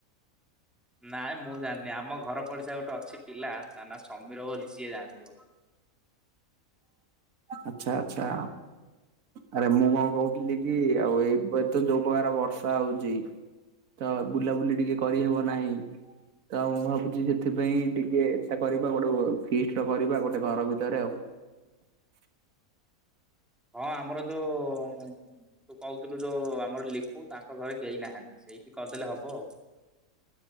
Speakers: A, in the centre; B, on the right (about 65°).
A: <inaudible> ନାଇଁ ମୁଁ ଜାଣିନି। ଆମ ଘର ପଡିଶା ଗୋଟେ ଅଛି ପିଲା ତା ନା ସମୀର ବୋଲି ସିଏ ଜାଣିଥିବ। <inaudible>
B: ଆଛା ଆଛା। ଆରେ ମୁଁ କଣ କହୁଥିଲି କି ଆଉ ଏବେ ତ ଯୋଉ ପ୍ରକାର ବର୍ଷା ହଉଚି ତ ବୁଲାବୁଲି ଟିକେ କରିହେବ ନାହିଁ। ତ ମୁଁ ଭାବୁଚି ସେଥିପାଇଁ ଟିକେ ଏତା କରିବା ଗୋଟେ ଫିଷ୍ଟଟେ କରିବା ଗୋଟେ ଘର ଭିତ ତରେ ଆଉ।
A: ହଁ ଆମର ଯୋଉ ତୁ କହୁଥିଲୁ ଯୋ ଆମର ଲିପୁ ତାଙ୍କ ଘରେ କେହି ନାହାନ୍ତି। ସେଇଠି କରିଦେଲେ ହବ ଆଉ।